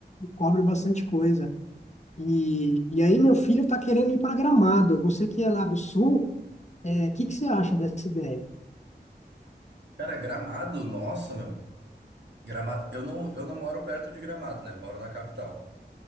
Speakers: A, on the left; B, on the right.
A: cobre bastante coisa. E, e aí meu filho está querendo ir para Gramado. Você que é lá do Sul, o que que você acha dessa ideia?
B: Cara, Gramado, nossa, meu. Gramado, eu não, eu não moro perto de Gramado, né? Eu moro na capital.